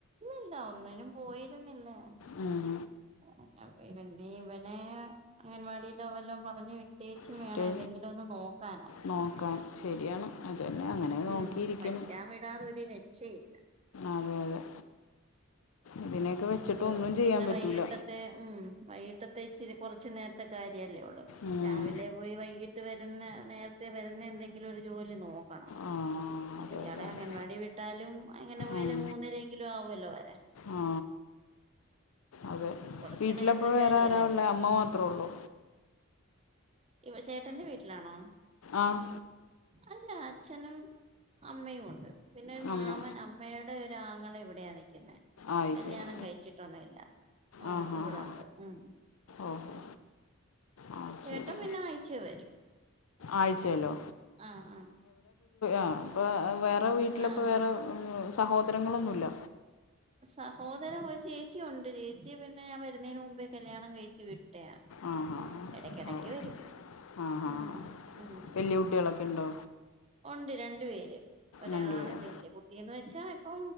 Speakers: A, on the right (about 30°); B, on the left (about 85°).
A: ഇല്ലാ ഒന്നിനും പോയിരുന്നില്ലാ
B: ഉം
A: <unintelligible> ഇവനേ അങ്ങൻവാടില്ലോ വല്ലോ പറഞ്ഞു വി ട്ടീച്ചും
B: മറ്റേ
A: വേണം എന്തെങ്കിലും ഒന്ന് നോക്കാനോ
B: നോക്കാൻ ശരിയാണ് അതന്നെ അങ്ങനെ നോക്കിയിരിക്കും
A: ഉം പഠിക്കാൻ വിടാതെ ഒരു രക്ഷയില്ല
B: അതെ അതെ ഇതിനെയൊക്കെ
A: നമുക്ക്
B: വെച്ചിട്ട് ഒന്നും ചെയ്യാൻ
A: പിന്നെ
B: പറ്റൂല
A: വൈകിട്ടത്തെ ഉം വൈകിട്ട ത്തെ ഇച്ചിരി കൊറച്ച് നേര്ത്തെ കാര്യല്ലേ ഒള്ള്
B: ഉം.
A: രാവിലെ പോയി വൈകീട്ട് ട്ട് വരുന്ന നേര്ത്തെ വരുന്ന എന്തെങ്കിലും ഒരു ജോലി നോക്കണം
B: ആ അതെ
A: അയാളെ
B: അതെ അതെ
A: അംഗൻവാടി വിട്ടാലും അങ്ങനെ പോയാലും
B: ഉം.
A: മൂന്നരേങ്കിലും ആവുല്ലോ വരാൻ
B: ആ അതെ
A: കുറച്ചു
B: വീട്ടിലപ്പ
A: നേരത്തെ
B: വേറെ
A: കാര്യല്ലേ
B: ആരാ
A: ഉള്ളൂ
B: ഉള്ളേ അമ്മ മാത്രേ ഉള്ളു
A: പ ചേട്ടന്റെ വീട്ടിലാണോ
B: ആഹ്
A: അല്ല അച്ഛനും അമ്മയും ഉണ്ട് പിന്നെ ഒരു മാമൻ
B: അമ്മ
A: അമ്മയുടെ ഒരാങ്ങള ഇവിടെയാനി ക്ക്ന്നെ
B: ആയി
A: കല്യാണം
B: ശരി
A: കഴിച്ചിട്ടൊന്നുമില്ല ആഹ്
B: ആ ഹാ
A: ഇവിടൊണ്ട്
B: ഹാ
A: ഉം
B: ഓഹോ ആ
A: ചേട്ടൻ
B: ശരി
A: പിന്നെ ആഴ്ചേ വരും
B: ആഴ്ചയിലോ
A: ആഹ് ആഹ്
B: ആഹ് അപ്പോ വേറെ വീട്ടിലപ്പോ
A: ആഹ്
B: വേറെ ഉം സഹോദരങ്ങളൊന്നുല്ല
A: സഹോദരൻ ഒരു ചേച്ചി ഉണ്ട് ചേച്ചി പിന്നെ പിന്നെ ഞാൻ വരുന്നേന് മുമ്പേ കല്ല്യാണം കഴിച്ചു വിട്ടയാ
B: ആ ഹാ
A: എടക്കിടക്ക്
B: ഓ
A: വരും
B: ആ ഹാ
A: ഉം
B: ഹാ
A: ഉം
B: വലിയ കുട്ടികളൊക്കെ ഉണ്ടോ
A: ഉണ്ട് രണ്ട് പേര് ഒരാൾ
B: രണ്ടുപേരും
A: വലിയ കുട്ടിയെന്നവച്ച ഇപ്പൊ